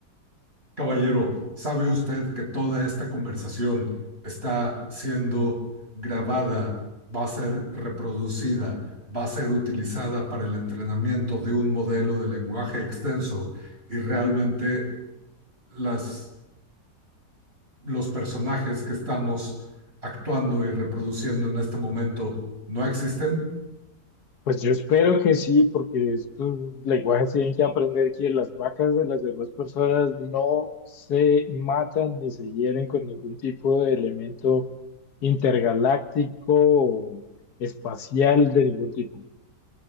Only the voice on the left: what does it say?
Pues yo espero que sí, porque estos lenguajes tienen que aprender que las vacas de las demás personas no se matan ni se hieren con ningún tipo de elemento intergaláctico o espacial de ningún tipo.